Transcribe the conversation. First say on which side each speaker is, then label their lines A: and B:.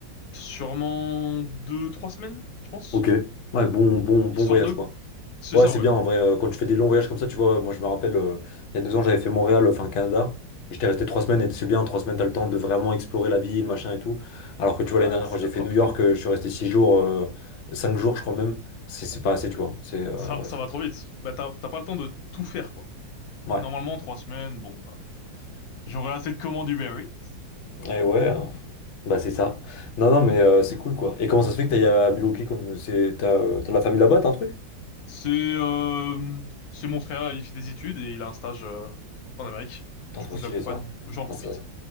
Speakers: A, on the left (about 70°); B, on the left (about 80°).
A: Sûrement deux, trois semaines, je pense.
B: Ok. Ouais, bon, bon, bon
A: Histoire
B: voyage
A: de.
B: quoi.
A: C'est
B: Ouais,
A: ça,
B: c'est
A: ouais.
B: bien en vrai. euh, quand tu fais des longs voyages comme ça, tu vois, moi je me rappelle, euh, il y a deux ans, j'avais fait Montréal, euh, enfin Canada, et j'étais resté trois semaines, et c'est bien, trois semaines, t'as le temps de vraiment explorer la ville, machin et tout. Alors que
A: Ah,
B: tu vois, l'année dernière,
A: ouais, c'est
B: quand j'ai
A: de la
B: fait
A: frappe.
B: New York, euh, je suis resté six jours, euh, cinq jours, je crois même. C'est c'est pas assez, tu vois. C'est euh,
A: Ça,
B: ouais,
A: ça
B: c'est-
A: va trop vite. Bah t'as t'as pas le temps de tout faire quoi.
B: ouais.
A: Normalement, trois semaines, bon bah. J'aurai assez de commandes Uber Eats.
B: Et ouais, euh, bah c'est ça. Non, non, mais euh, c'est cool quoi. Et comment ça se fait que t'ailles à Milwaukee comme c'est t'as euh, t'as de la famille là-bas, t'as un truc?
A: <laughs> C'est euh, c'est mon frère, il fait des études et il a un stage euh, en Amérique.
B: Putain,
A: Du
B: trop
A: coup,
B: stylé
A: je l'accompagne,
B: ça.
A: j'en profite.
B: Ah, ça-